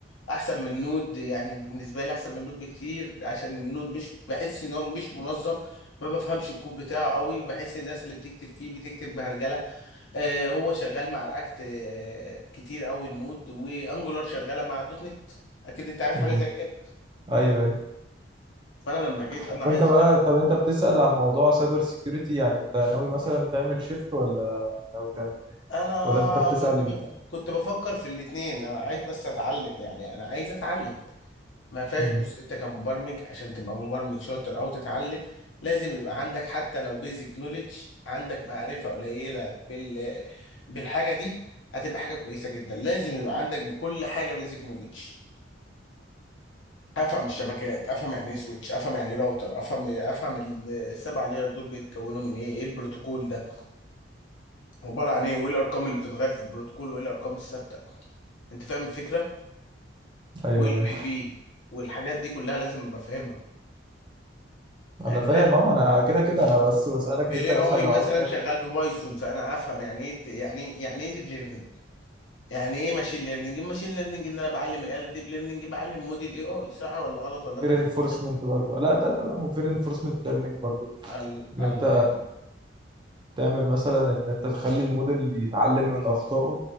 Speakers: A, on the left; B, on the right.
A: احسن من نود يعني بالنسبه لي احسن من نود بكتير عشان نود مش بحس ان هو مش منظم ما بفهمش الكود بتاعه قوي بحس الناس اللي بتكتب فيه بتكتب بهرجله آه هو شغال مع رياكت آه كتير قوي النود وانجولار شغاله مع الدوت نت اكيد انت عارف
B: امم
A: حاجه زي كده
B: ايوه ايوه
A: فانا لما جيت
B: طب
A: انا عايز
B: وانت
A: أشتغل.
B: بقى طب انت بتسأل عن موضوع سايبر سيكيورتي يعني انت ناوي مثلا تعمل شيفت ولا ناوي تعمل ايه
A: انا
B: ولا انت بتسأل
A: كنت بف... كنت بفكر في الاثنين انا عايز بس اتعلم يعني انا عايز اتعلم ما فيهاش
B: امم
A: بص انت كمبرمج عشان تبقى مبرمج شاطر او تتعلم لازم يبقى عندك حتى لو بيزك نوليدج عندك معرفة قليلة بال بالحاجة دي هتبقى حاجة كويسة جدا لازم يبقى عندك بكل حاجة بيزك نوليدج افهم الشبكات افهم يعني ايه سويتش افهم يعني ايه راوتر افهم افهم ال- السبع لاير دول بيتكونوا من ايه ايه البروتوكول ده عبارة عن ايه وايه الارقام اللي بتتغير في البروتوكول وايه الارقام الثابتة انت فاهم الفكرة
B: ايوه
A: وايه
B: ايوه
A: الاي بي والحاجات دي كلها لازم ابقى فاهمها يعني
B: انا فاهم اه ما انا كده كده انا بس بسالك
A: الاي
B: انت مثلا
A: اي
B: لو
A: مثلا
B: عايز تعمل
A: شغال ببايثون فانا افهم يعني ايه ت- يعني إيه- يعني ايه ديب ليرنينج يعني ايه ماشين ليرنينج ماشين ليرنينج ان انا بعلم الاله ديب ليرنينج بعلم موديل اي اي صح ولا غلط ولا
B: peer
A: انا كده
B: enforcement
A: بتكلم؟
B: برضو لا لا لا و peer enforcement learning برضو
A: ال-
B: ان
A: الله
B: انت
A: يهديك
B: تعمل مثلا ان انت تخلي الموديل يتعلم من اخطائه